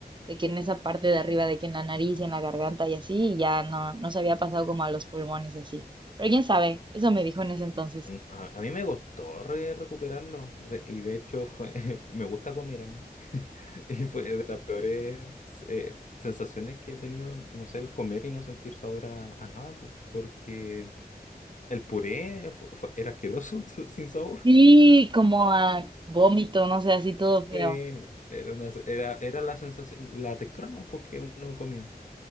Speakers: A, on the right; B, on the left.
A: de que en esa parte de arriba, de que en la nariz y en la garganta y así, y ya no, no se había pasado como a los pulmones y así. Pero quién sabe, eso me dijo en ese entonces.
B: Mm, A, a mí me costó re- recuperarlo. de- y de hecho fue, <laughs> me gusta comer a mí. <laughs> Y fue de las peores eh, sensaciones que he tenido, no sé, el comer y no sentir sabor a, a nada, po, porque el puré fu- fue- era asqueroso, <laughs> sin sabor.
A: Sí, como a vómito, no sé, así todo feo.
B: Sí, era una, era, era la sensación, la textura no, porque uno comía.